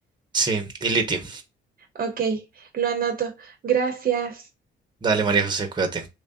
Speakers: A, on the right (about 20°); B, on the right (about 45°).
A: Sí, y litio.
B: Ok, lo anoto. Gracias.
A: Dale, María José, cuídate.